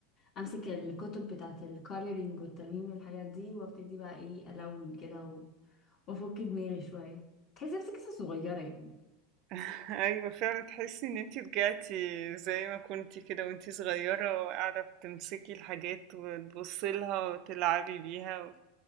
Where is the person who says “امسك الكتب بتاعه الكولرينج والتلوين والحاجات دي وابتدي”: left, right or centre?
Left